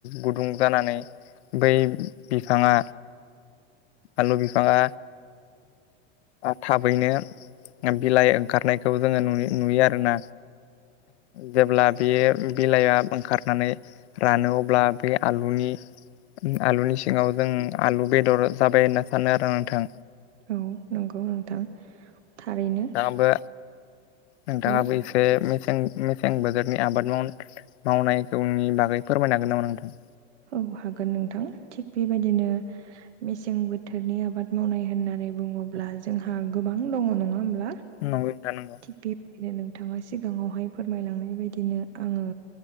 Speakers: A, on the left (about 75°); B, on the right (about 80°).
A: गुदुं जानानै बै बिफाङा आलु बिफाङा थाबैनो बिलाइ ओंखारनायखौ जोङो नुयो नुयो आरोना। जेब्ला बेयो बिलाइआ ओंखारनानै रानो अब्ला बे आलुनि आलुनि सिङाव जों आलु बेदर जाबाय होनना सानो आरो नोंथां।
B: औ नंगौ नोंथां थारैनो।
A: नोंथाङाबो नोंथाङाबो
B: औ
A: इसे सें- मेसें बोथोरनि आबाद माव- मावनायखौनि बागै फोरमायनो हागोन नामा नोंथां।
B: औ हागोन नोंथां थिग बेबायदिनो मेसें बोथोरनि आबाद मावनाय होननानै होननानै बुङोब्ला जोंहा गोबां दङ नङा होनब्ला
A: नोंथां नंगौ
B: थिग बेबायदिनो नोंथाङा सिगाङावहाय फोरमायलांनाय बायदिनो आङो